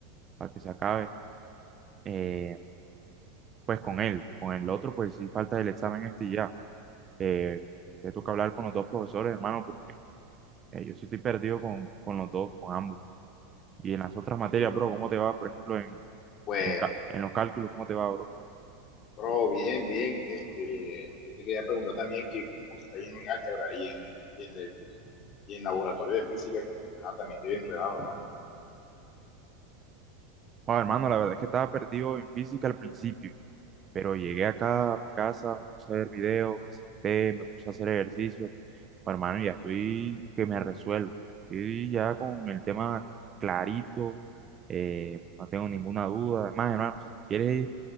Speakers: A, on the right; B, on the left.
A: que se acabe. eh, pues con él. Con el otro, pues sí falta el examen este y ya. Eh, te toca hablar con los dos profesores, hermano, porque eh, yo sí estoy perdido con, con los dos, con ambos. Y en las otras materias,
B: sí, pero,
A: bro, ¿cómo te va? Por ejemplo, en,
B: pues
A: en, ca- en los cálculos, ¿cómo te va, bro?
B: Bro, bien, bien. Este, yo te quería preguntar también que cómo te está yendo en álgebra y en, y en el y en laboratorio de física, que ajá, también te vi enredado, hermano.
A: Bueno, hermano, la verdad es que estaba perdido en física al principio, pero llegué acá a mi casa, me puse a ver videos, me senté, me puse a hacer ejercicio Bueno, hermano, ya estoy que me resuelvo. Estoy ya con el tema clarito, eh, no tengo ninguna duda. Además, hermano, si quieres